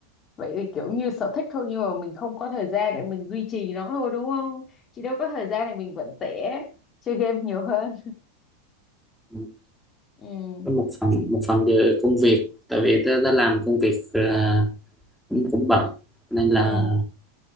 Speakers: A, on the left; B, in the centre.
A: Vậy thì kiểu như sở thích thôi nhưng mà mình không có thời gian để mình duy trì nó thôi đúng không? chị đâu có thời gian thì mình vẫn sẽ chơi game nhiều hơn.
B: ừ.
A: Ừ,
B: Có một phần một phần về công việc tại vì tớ đã làm công việc à, cũng cũng bận nên là
A: ừ,